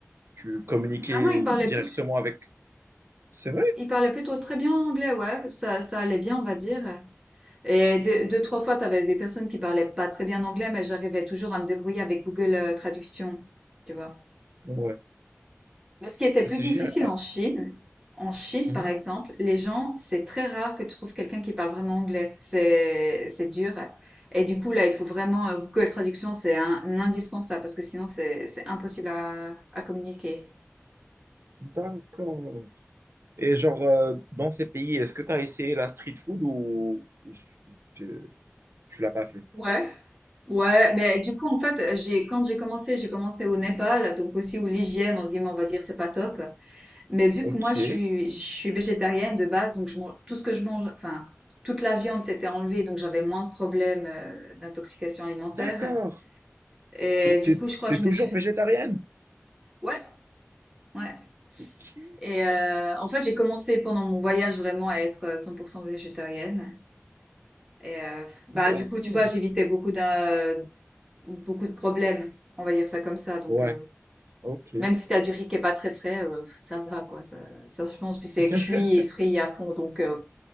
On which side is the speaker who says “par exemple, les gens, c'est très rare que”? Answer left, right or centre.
Right